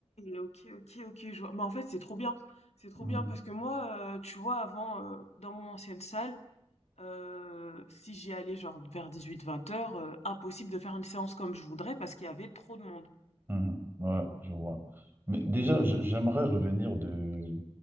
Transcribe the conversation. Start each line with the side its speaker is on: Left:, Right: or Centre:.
Left: ok, ok, ok, je vois. Bah, en fait, c'est trop bien. C'est trop
Right: Mm.
Left: bien parce que moi, euh, tu vois, avant, euh, dans mon ancienne salle, euh, si j'y allais genre vers dix-huit vingt heures, euh, impossible de faire une séance comme je voudrais parce qu'il y avait trop de monde.
Right: Mhm. Ouais, je vois. Mais déjà, je- j'aimerais revenir de,